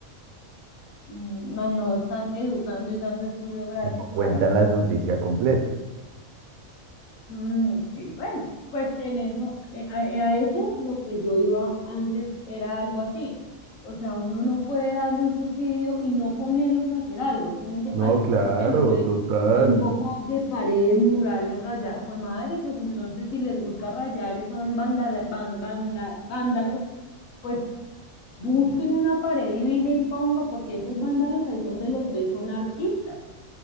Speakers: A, on the left; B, on the right.
A: Mm, No, no, están educando y dando estudio gratis
B: No cuentan
A: para,
B: la noticia completa.
A: Mm, ok, bueno, pues en eso, eh, a, eh, a eso lo que yo iba antes era algo así. O sea, uno no puede darle un subsidio y no ponerlos a hacer algo. ¿sí me entiendes?
B: No,
A: Hay por
B: claro,
A: lo menos, yo digo,
B: total.
A: hay un poco de paredes, murales, rayadas. Fue madre, pues entonces si les gusta rayar y son vándala- ván- vánda- vándalos, pues busquen una pared divina y ponga, porque esos vándalos ahí donde los ves son artistas.